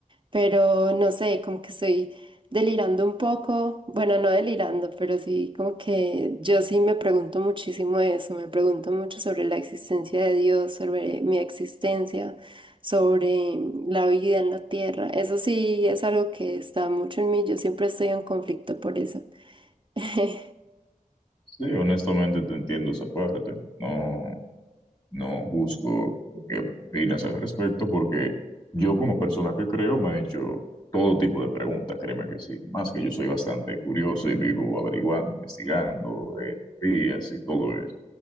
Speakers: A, on the right; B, on the left.
A: Pero no sé, como que soy delirando un poco, bueno, no delirando, pero sí como que yo sí me pregunto muchísimo eso, me pregunto mucho sobre la existencia de Dios, sobre mi existencia, sobre la vida en la tierra. Eso sí es algo que está mucho en mí, yo siempre estoy en conflicto por eso. <laughs>
B: Sí, honestamente te entiendo esa parte. No, No juzgo lo que opinas al respecto porque yo como persona que creo me he hecho todo tipo de preguntas, créeme que sí. Más que yo soy bastante curioso y vivo averiguando, investigando, eh, teorías y todo eso.